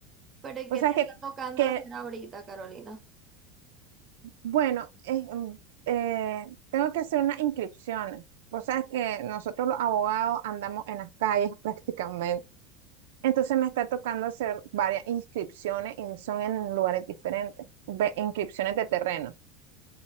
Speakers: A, on the right; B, on the right.
A: ¿Pero y
B: o
A: qué
B: sea
A: te
B: que,
A: está tocando
B: que
A: hacer ahorita, Carolina?
B: bueno, es, mm, eh, tengo que hacer unas inscripciones. Vos sabes que nosotros los abogados andamos en las calles <laughs> prácticamente. Entonces me está tocando hacer varias inscripciones y son en lugares diferentes, ve- inscripciones de terreno.